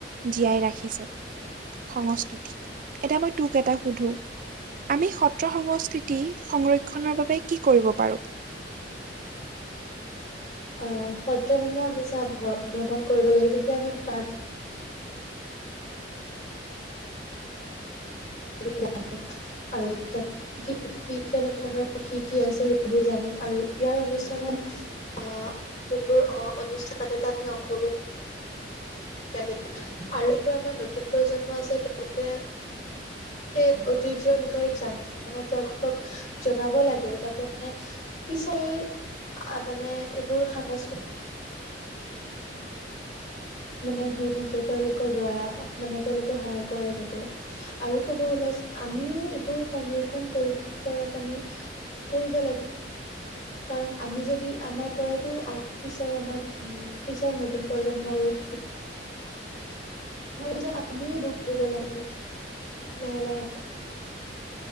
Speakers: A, on the right; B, on the left.
A: জীয়াই ৰাখিছে সংস্কৃতিক। এতিয়া মই তোক এটা সুধো। আমি সত্ৰ সংস্কৃতি সংৰক্ষণৰ বাবে কি কৰিব পাৰোঁ?
B: আহ সত্ৰসমূহ আমি চা ভ-ভ্ৰমণ কৰিব লাগে তেতিয়া আমি তাৰ <unintelligible> আৰু তাত কি কি কেনে ধৰণৰ কি কি আছে সেইবোৰ জানিম আৰু ইয়াৰ অনুষ্ঠানত অ', যোনবোৰ অনুষ্ঠান পাতে তাত আমি অংশগ্ৰহন <unintelligible> আৰু জোন বোৰ আমাৰ নতুন প্ৰজন্ম আছে তেনেকে সেই ঐতিহ্যয়ৰ বিষয়ে জান মানে তেওঁলোকক জনাব লাগে যাতে মানে পিছই মানে এইবোৰ সাংস্কৃতি মানে হৈ থাকে তেওঁলোকৰ দ্বাৰা মানে তেওঁলোকে সহায় কৰে যাতে। আৰু ক'ব গ'লে আমিও এইবোৰ সংৰক্ষণ কৰিব কৰাত আমি কৰিব লাগে। কাৰণ, আমি যদি আমাৰ পৰাইতো পিছৰ আমাৰ উম, পিছৰ নতুন প্ৰজন্ম গোৰে শিকিব। মই ভাবো যে, আমিও এইবোৰ কৰিব লাগে লাহে লাহে।